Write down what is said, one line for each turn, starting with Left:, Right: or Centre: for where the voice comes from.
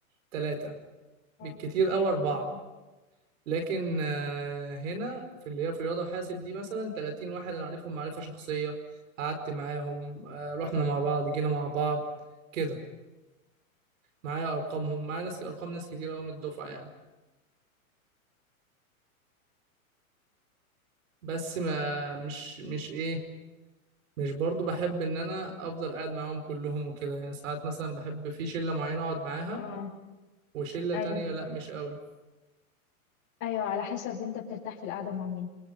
Right: تلاتة
Left: اه
Right: بالكتير او
Left: ثلاثه
Right: اربعة
Left: اه
Right: لكن آه، هنا في اللي هي في رياضة وحاسب دي مثلا 30 واحد انا عارفهم معرفة شخصية قعدت معاهم آه، رحنا مع بعض جينا مع بعض كده معايا ارقامهم معايا ناس ارقام ناس كتير قوي من الدفعة يعني بس ما مش مش ايه مش برضو بحب ان انا افضل قاعد معاهم كلهم وكده يعني ساعات مثلا بحب في شلة معينة اقعد معاها
Left: اه
Right: وشلة
Left: ايوه
Right: تانية لا مش قوي
Left: ايوه على حسب انت بترتاح في القعده مع مين